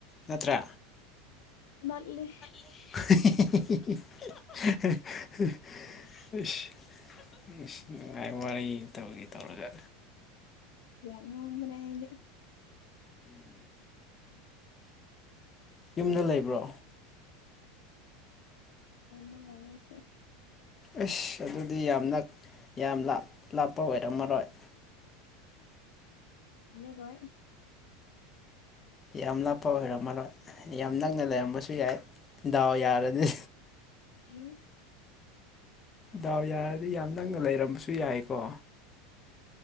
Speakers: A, on the left (about 25°); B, on the left (about 75°).
A: ꯅꯠꯇ꯭ꯔꯥ
B: ꯃꯦ
A: <inaudible> ꯏꯥꯏ ꯋꯥꯔꯤ ꯇꯧꯈꯤ ꯇꯧꯔꯒ
B: ꯉ ꯃꯅꯦꯗꯤ
A: ꯌꯨꯝꯗ ꯂꯩꯕ꯭ꯔꯣ
B: ꯅ ꯅꯌꯦꯁ
A: ꯑꯁ ꯑꯗꯨꯗꯤ ꯌꯥꯝꯅꯛ ꯌꯥꯝ ꯂꯥꯞꯄ ꯑꯣꯏꯔꯝꯃꯔꯣꯏ
B: ꯍꯂꯣ ꯔꯣ
A: ꯌꯥꯝ ꯅꯥꯞꯄ ꯑꯣꯏꯔꯝꯃꯔꯣꯏ ꯌꯥꯝ ꯅꯛꯅ ꯂꯩꯔꯝꯕꯁꯨ ꯌꯥꯏ ꯗꯥꯎ ꯌꯥꯔꯗꯤ
B: ꯏꯁ
A: ꯗꯥꯎ ꯌꯥꯔꯗꯤ ꯌꯥꯝ ꯅꯛꯅ ꯂꯩꯔꯝꯕꯁꯨ ꯌꯥꯏꯀꯣ